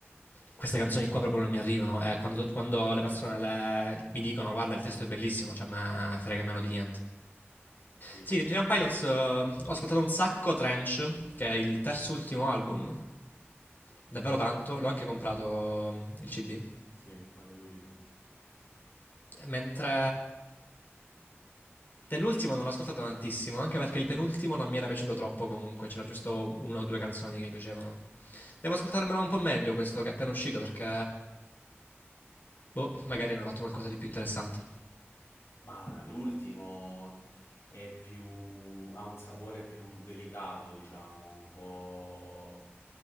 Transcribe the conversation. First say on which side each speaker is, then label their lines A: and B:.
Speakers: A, on the left; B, on the left.
A: queste canzoni qua proprio non mi arrivano. Eh, quando, quando le persone le- mi dicono, guarda, il testo è bellissimo, cioè, a me frega meno di niente.
B: sì,
A: Sì, Titanium Pilots, eh, ho ascoltato un sacco Trench, che è il terzo ultimo album, davvero tanto, l'ho anche comprato mm, il CD,
B: sì, pare lurida.
A: mentre dell'ultimo non l'ho ascoltato tantissimo, anche perché il penultimo non mi era piaciuto troppo comunque, c'era giusto una o due canzoni che mi piacevano. Devo ascoltarmelo un po' meglio questo che è appena uscito perché... Boh, magari hanno fatto qualcosa di più interessante,
B: Ma l'ultimo è più, ha un sapore più delicato, diciamo, un po'